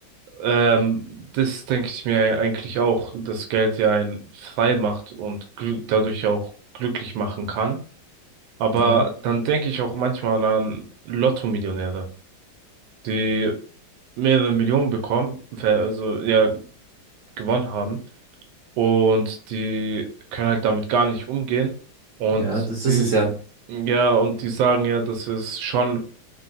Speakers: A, on the right; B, on the right.
A: ähm, das denke ich mir eigentlich auch, dass Geld ja einen frei macht und glü- dadurch auch glücklich machen kann. Aber
B: Ja,
A: dann denke ich auch manchmal an Lotto-Millionäre, die mehrere Millionen bekommen, ver- also ja, gewonnen haben und die können halt damit gar nicht umgehen und
B: ja, das ist
A: die,
B: es ja.
A: ja, und die sagen ja, dass es schon,